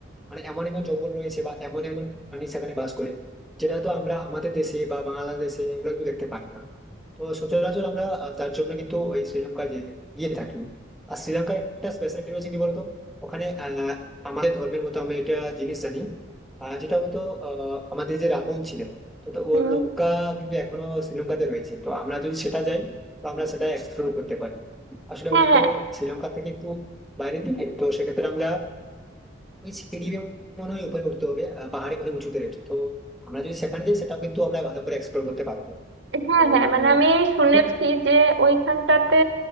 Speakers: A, in the centre; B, on the right.
A: মানে এমন এমন জঙ্গল রয়েছে বা এমন এমন প্রাণী সেখানে বাস করে যেটা তো আমরা আমাদের দেশে বা বাংলাদেশে এগুলো কিন্তু দেখতে পাই না তো সচরাচর আমরা আহ, তার জন্য কিন্তু ওই শ্রীলঙ্কা গিয়ে গিয়ে থাকি আর শ্রীলঙ্কার একটা স্পেশালিটি রয়েছে কি বলতো ওখানে আহ, আমাদের ধর্মের মতো আমি একটা জিনিস জানি আহ, যেটা হয়তো আহ, আমাদের যে রাবণ ছিল তো তো ওর
B: হুম
A: লঙ্কা কিন্তু এখনো শ্রীলঙ্কাতে রয়েছে তো আমরা যদি সেটা যাই তো আমরা সেটা এক্সপ্লোর করতে পারি আসলে
B: হ্যাঁ
A: ওটা
B: হ্যাঁ
A: তো শ্রীলঙ্কা থেকে একটু বাইরের দিকে তো সেক্ষেত্রে আমরা ওই সিঁড়ি বেয়ে মনে হয় উপরে উঠতে হবে আহ, পাহাড়ে মনে হয় উঁচুতে রয়েছে তো আমরা যদি সেখানে যাই সেটাও কিন্তু আমরা ভালো করে এক্সপ্লোর করতে পারবো
B: হ্যাঁ
A: তো
B: হ্যাঁ মানে আমি শুনেছি
A: সেটা
B: যে ওইখানটাতে